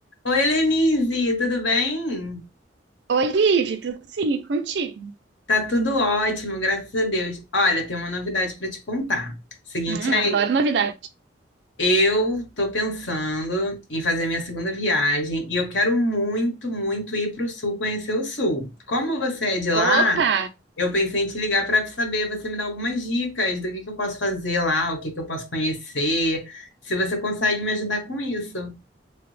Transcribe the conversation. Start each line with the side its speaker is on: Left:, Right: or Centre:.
Left: Oi, Lenise, tudo bem?
Right: Oi, Ive, tudo sim, e contigo?
Left: Tá tudo ótimo, graças a Deus. Olha, tem uma novidade para te contar. Seguinte
Right: Hum,
Left: aí,
Right: adoro novidade.
Left: eu tô pensando em fazer minha segunda viagem e eu quero muito, muito ir para o sul, conhecer o sul. Como você é de lá,
Right: Opa,
Left: eu pensei em te ligar para saber, você me dá algumas dicas do que que eu posso fazer lá, o que que eu posso conhecer, se você consegue me ajudar com isso.